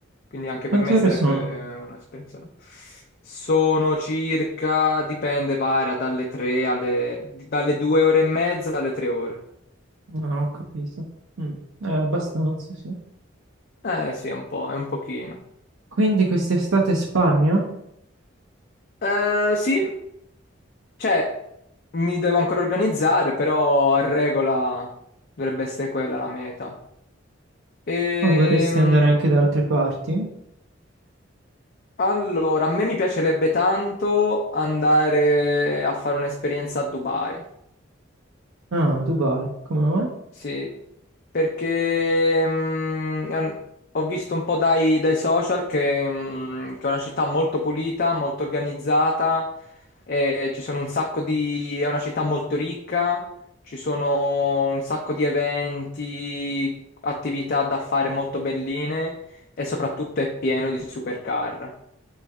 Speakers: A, on the left (about 50°); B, on the right (about 85°).
A: quindi anche
B: Quante
A: per me
B: ore
A: sarebbe
B: sono?
A: un'esperienza, no? Sono circa, dipende, varia dalle 3 alle, dalle 2 ore e mezza alle 3 ore.
B: Ah, ho capito. Mm, eh, abbastanza, sì.
A: Eh sì, è un po', è un pochino.
B: Quindi quest'estate Spagna?
A: Eh sì, cioè, mi devo ancora organizzare, però a regola dovrebbe essere quella la meta. Ehm,
B: Ma vorresti andare anche da altre parti?
A: Allora, a me mi piacerebbe tanto andare a fare un'esperienza a Dubai,
B: Ah, Dubai, come mai?
A: sì, perché mm, è un- ho visto un po' dai, dai social che, mm, che è una città molto pulita, molto organizzata, e ci sono un sacco di... è una città molto ricca, ci sono un sacco di eventi, attività da fare molto belline e soprattutto è pieno di supercar.